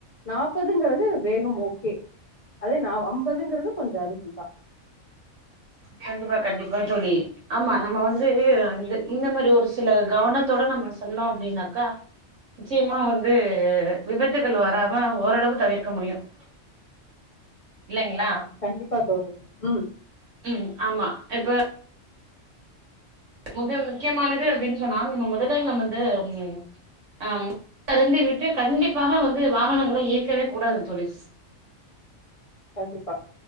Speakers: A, on the left; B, on the right.
A: நாப்பதுங்கிறது வேகம் ஓகே அதே நான் ஐம்பதுங்கிறது கொஞ்சம் அதிகம் தா
B: கண்டிப்பா கண்டிப்பா தோழி ஆமா நம்ம வந்து இந்த மாரி ஒரு சில கவனத்தோட நம்ம சொன்னோம் அப்டின்னாக்கா நிச்சயமா வந்து விபத்துகள் வராம ஓரளவு தவிர்க்க முடியும் இல்லைங்களா
A: கண்டிப்பா தோழி ம்
B: ம் ஆமா இப்ப மிக முக்கியமானது அப்டின்னு சொன்னா நம்ம முதலே நம்ம வந்து உ ஆ மது அருந்தி விட்டு கண்டிப்பாக வந்து வாகனங்களை இயற்கவே கூடாது தோழி
A: கண்டிப்பா